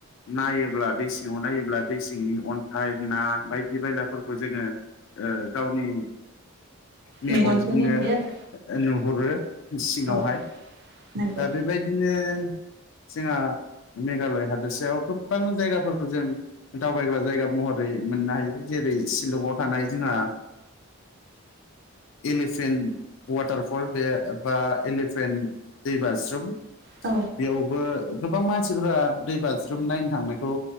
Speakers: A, on the left; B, on the right.
A: नायोब्ला दै सिङाव नायोब्ला दै सिंनि अन्थाइ ना बायदि बायलाफोरखौ जोङो ओ गावनि मेगनजोंनो
B: मेगनजों नुयो आरो
A: नुहुरो सिङावहाय
B: औ नंगौ
A: दा बेबायदिनो जोंहा मेघालय हादोरसायाव गोबां जायगाफोरखौ जों दावबायग्रा जायगा महरै मोननो हायो जेरै जेरै शिलंआव थानाय जोंहा एलिफेन वाटारफल बे बा एलिफेन्ट दै बासरुम
B: औ
A: बेयावबो गोबां मानसिफोरा दै बाज्रुम नायनो थांनायखौ